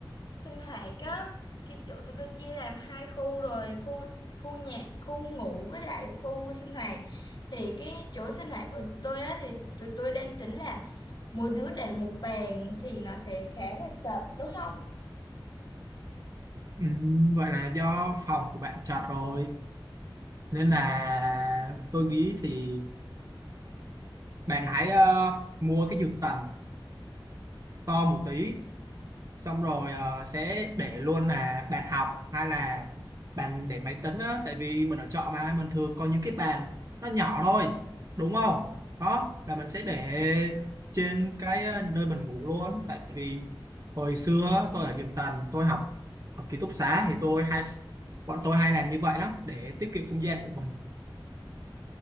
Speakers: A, on the left; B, on the right.
A: sinh hoạt á cái chỗ tụi tôi chia làm hai khu rồi khu khu nhà khu ngủ với lại khu sinh hoạt thì cái chỗ sinh hoạt của tôi á thì tụi tôi đang tính là mỗi đứa để một bàn thì nó sẽ khá là chật đúng không
B: Ừ, Vậy là do phòng của bạn chật rồi nên là tôi nghĩ thì bạn hãy ờ, mua cái dược tần to một tí xong rồi ờ, sẽ để luôn là bàn học hay là bàn để máy tính á tại vì mình ở trọ mà mình thường có những cái bàn nó nhỏ thôi đúng không đó là mình sẽ để trên cái ờ, nơi mình ngủ luôn tại vì hồi xưa á, tôi ở giường tầng tôi học học ký túc xá thì tôi hay bọn tôi hay làm như vậy lắm để tiết kiệm không gian của mình